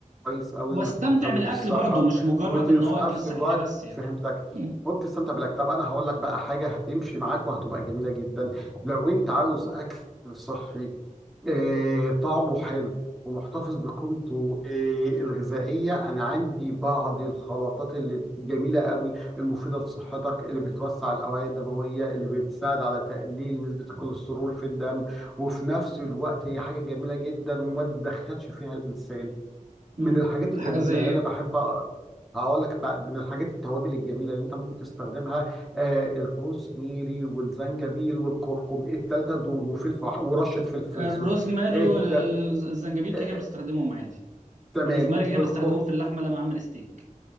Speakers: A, in the centre; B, on the right (about 65°).
A: كويس او
B: واستمتع
A: انك بتهتم
B: بالاكل
A: بالصحه
B: برضه مش مجرد
A: وفي
B: ان هو اكل
A: نفس
B: صحي
A: الوقت
B: بس يعني
A: فهمتك
B: مم.
A: وبتستمتع بالاكل طب انا هقول لك بقى حاجه هتمشي معاك وهتبقى جميله جدا لو انت عاوز اكل صحي آه، طعمه حلو ومحتفظ بقيمته آه، الغذائية أنا عندي بعض الخلطات اللي جميلة قوي المفيدة لصحتك اللي بتوسع الأوعية الدموية اللي بتساعد على تقليل نسبة الكوليسترول في الدم وفي نفس الوقت هي حاجة جميلة جدا وما تدخلش فيها الإنسان
B: مم.
A: من الحاجات الجميلة
B: حاجه زي ايه
A: اللي أنا بحب أ- هقول لك بقى من الحاجات التوابل الجميلة اللي أنت ممكن تستخدمها آه الروزميري والزنجبيل والكركم الثلاثة دول وفلفل ورشة فلفل
B: الروزماري
A: أسود آه، التل...
B: والزنجبيل
A: آه
B: كده كده بستخدمهم عادي
A: تمام
B: الروزماري كده
A: والكركم
B: كده بستخدمه في اللحمه لما اعمل ستيك